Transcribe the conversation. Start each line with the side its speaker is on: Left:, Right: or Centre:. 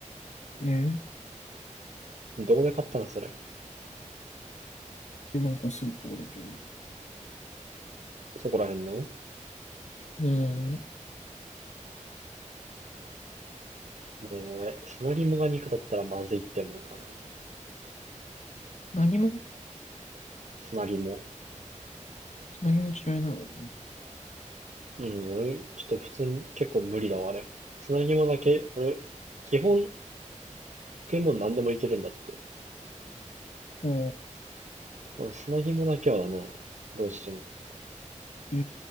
Left: えー、
Right: どこで買ったのそれ。
Left: えなんかスーパーだけど。
Right: そこら辺の
Left: うん。
Right: まあ、でも俺、砂肝が肉だったらまずいって思うかな。
Left: 何も、
Right: 砂肝。
Left: 何も嫌いなの
Right: うん、俺、ちょっと普通に結構無理だわ、あれ。砂肝だけ、俺、基本食い物何でもいけるんだって。
Left: ああ、
Right: でも砂肝だけはダメなの。どうしても。
Left: え